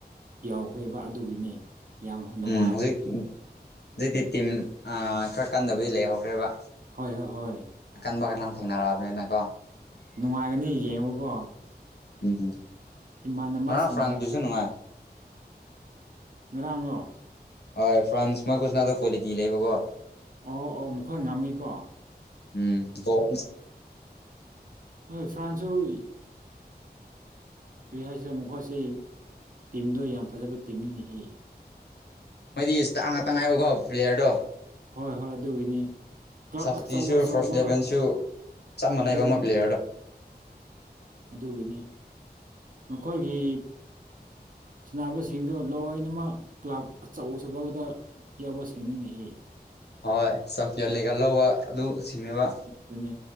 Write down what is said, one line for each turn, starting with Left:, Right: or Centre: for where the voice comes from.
Right: ꯌꯥꯎꯈ꯭ꯔꯦꯕ ꯑꯗꯨꯒꯤꯅꯦ ꯌꯥꯝ ꯅꯨꯡꯉꯥꯏ
Left: ꯎꯝ ꯍꯧꯖꯤꯛ ꯍꯧꯖꯤꯛꯇꯤ ꯇꯤꯝ ꯈꯔ ꯀꯟꯗꯕꯗꯤ ꯂꯩꯍꯧꯔꯦꯕ
Right: ꯍꯣꯏ ꯍꯣꯏ ꯍꯣꯏ
Left: ꯑꯀꯟꯕ ꯀꯅꯥ ꯊꯦꯡꯅꯔꯛꯑꯕꯅꯤꯅꯀꯣ
Right: ꯅꯨꯡꯉꯥꯏꯒꯅꯤ ꯌꯦꯡꯉꯨꯀꯣ
Left: ꯎꯝ
Right: ꯏꯃꯥꯟꯅꯕꯁꯤꯡꯒ
Left: ꯉꯔꯥꯡ ꯐ꯭ꯔꯥꯡꯗꯨꯁꯨ ꯅꯨꯡꯉꯥꯏ
Right: ꯉꯔꯥꯡꯂꯣ
Left: ꯍꯣꯏ ꯐ꯭ꯔꯥꯟꯁ ꯃꯣꯏꯈꯨꯁꯅꯥꯗꯣ ꯀ꯭ꯋꯥꯂꯤꯇꯤ ꯂꯩꯕꯀꯣ
Right: ꯑꯣ ꯑꯣ ꯃꯈꯣꯏ ꯉꯝꯃꯤꯀꯣ
Left: ꯎꯝ ꯒꯣ
Right: ꯃꯣꯏ ꯐ꯭ꯔꯥꯟꯁ ꯁꯨ ꯀꯔꯤ ꯍꯥꯏꯁꯤꯔ ꯃꯈꯣꯏꯁꯤ ꯇꯤꯝꯗꯣ ꯌꯥꯝ ꯐꯖꯕ ꯇꯤꯝꯅꯤ ꯅꯦꯍꯦ
Left: ꯃꯣꯏꯗꯤ ꯁ꯭ꯇꯥ ꯉꯥꯇ ꯉꯥꯏꯕꯀꯣ ꯄ꯭ꯂꯦꯌꯔꯗꯣ
Right: ꯍꯣꯏ ꯍꯣꯏ ꯑꯗꯨꯒꯤꯅꯤ ꯀ꯭ꯂꯕ
Left: ꯁꯞꯁꯇꯤꯁꯨ
Right: ꯑꯆꯧ ꯑꯆꯧꯕ
Left: ꯐꯥꯔꯁ ꯏꯂꯦꯚꯦꯟꯁꯨ ꯆꯞ ꯃꯥꯟꯅꯩꯕ
Right: ꯑꯗꯨꯅꯤ
Left: ꯃꯣꯏ ꯄ꯭ꯂꯦꯌꯔꯗꯣ
Right: ꯑꯗꯨꯒꯤꯅꯤ ꯃꯈꯣꯏꯒꯤ ꯁꯅꯕꯁꯤꯡꯗꯨ ꯂꯣꯏꯅꯃꯛ ꯀ꯭ꯂꯕ ꯑꯆꯧ ꯑꯆꯧꯕꯗ ꯌꯥꯎꯕꯁꯤꯡꯅꯤ ꯅꯦꯍꯦ
Left: ꯍꯣꯏ ꯆꯝꯄꯤꯌꯟ ꯂꯤꯒ ꯂꯧꯕ ꯑꯗꯨ ꯁꯤꯡꯅꯦꯕ
Right: ꯗꯨꯅꯤ